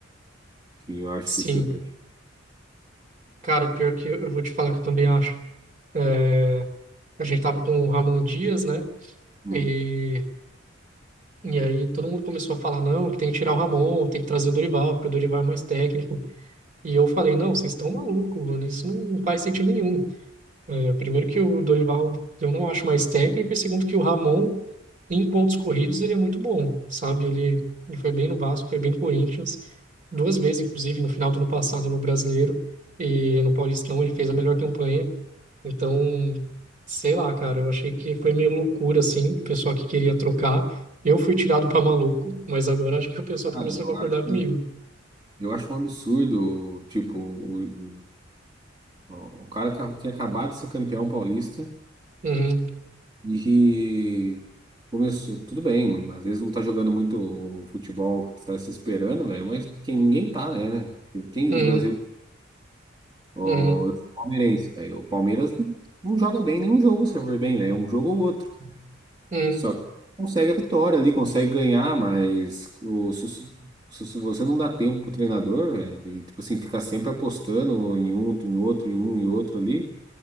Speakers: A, on the right; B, on the right.
A: que eu acho
B: sim.
A: que surpreende.
B: Cara, pior que eu, eu vou te falar que eu também acho. É, a gente tava com o Ramon Dias, né?
A: Hum.
B: E, e aí todo mundo começou a falar, não, que tem que tirar o Ramon, tem que trazer o Dorival, porque o Dorival é mais técnico. E eu falei, não, vocês estão malucos, mano, isso não faz sentido nenhum. É, primeiro que o Dorival eu não acho mais técnico, e segundo que o Ramon, em pontos corridos, ele é muito bom, sabe? Ele, ele foi bem no Vasco, foi bem no Corinthians, duas vezes, inclusive, no final do ano passado no Brasileiro e no Paulistão, ele fez a melhor campanha. Então, sei lá, cara, eu achei que foi meio loucura, assim, o pessoal que queria trocar. Eu fui tirado pra maluco, mas agora acho que o pessoal tá
A: Ah,
B: começando
A: eu
B: a concordar
A: acho,
B: comigo.
A: eu acho um absurdo, tipo, o, o, o cara ca- tinha acabado de ser campeão paulista.
B: Uhum,
A: E começou, tudo bem, não- às vezes não tá jogando muito o futebol que tu tá se esperando, velho, mas quem, ninguém tá, né, né? Tipo, Quem
B: uhum,
A: do Brasil, ó,
B: uhum,
A: eu sou palmeirense, velho, o Palmeiras não não joga bem nenhum jogo, se eu for bem, velho, um jogo ou outro.
B: uhum,
A: Só que consegue a vitória ali, consegue ganhar, mas o- se, se- se- se você não dá tempo pro treinador, velho, e, tipo assim, ficar sempre apostando em um, em outro, em um e outro ali,